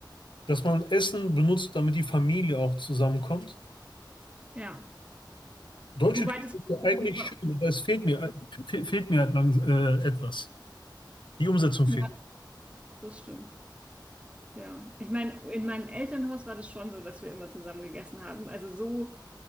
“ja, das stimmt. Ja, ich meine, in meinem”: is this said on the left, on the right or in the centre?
Right